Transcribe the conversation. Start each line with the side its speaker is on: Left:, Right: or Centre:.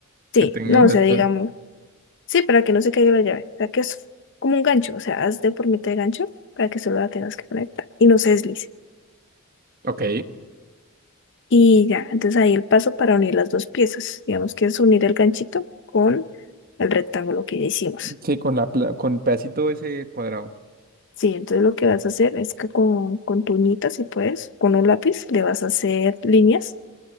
Left: Sí,
Right: Que tenga
Left: no,
Right: un
Left: o sea,
Right: espe-
Left: digamos, sí, para que no se caiga la llave. O sea, que es como un gancho, o sea, haz de formita de gancho para que solo la tengas que conectar y no se deslice.
Right: Ok.
Left: Y ya, entonces ahí el paso para unir las dos piezas. Digamos que es unir el ganchito con el rectángulo que ya hicimos.
Right: Sí, con la, pla- con el pedacito ese cuadrado.
Left: Sí, entonces lo que vas a hacer es que con, con tu uñita, si puedes, con un lápiz, le vas a hacer líneas